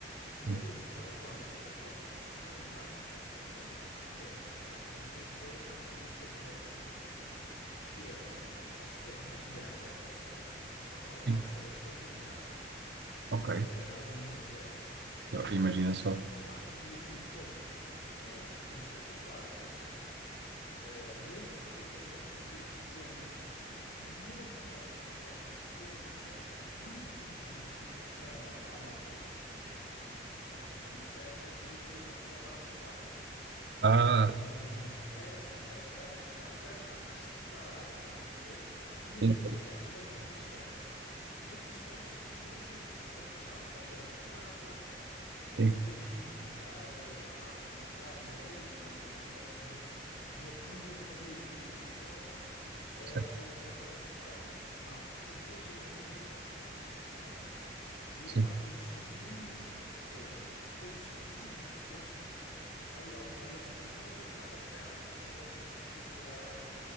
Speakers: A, on the left; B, on the right.
A: E na
B: sim.
A: hora que estás a falar nisso, até te posso recomendar, não sei se já fizeste ou não, que é, pá, e que eu quero repetir de certeza absoluta, que é, nós fizemos uma viagem ao sul de França, só nós
B: Sim.
A: três, família de carro.
B: Ok,
A: Estás a ver a aventura que é, não é?
B: Então, imagina só.
A: Pá, e, e foi, pois, e foi espetacular, porque eh, lembro perfeitamente que fizemos muito, ah, ah, tivemos muito tempo juntos, o que não era normal na altura. Por exemplo, pá, nós íamos de férias e íamos a um parque aquático.
B: Ah,
A: Eu, por exemplo, ia para uns escorrega, meus pais ficavam, percebes, ficavam mais separados, estás a perceber? E naquela
B: sim,
A: viagem marcam bastante, porque estávamos sempre os três juntos, ou porque estávamos na viagem no carro, ou
B: sim,
A: porque íamos visitar, eh, sei lá, uma cidade, Madrid, né? nós ficámos em Madrid duas, duas- uma noite em Madrid e duas em Barcelona, hum,
B: certo.
A: ou foi ao contrário. Não, foi duas em Madrid e uma em Barcelona. E,
B: sim.
A: opa, e gostei muito porque foi, tivemos sempre juntos, percebeste? Olha, olha, olha, se estás a pensar em marcar e se tens essa possibilidade,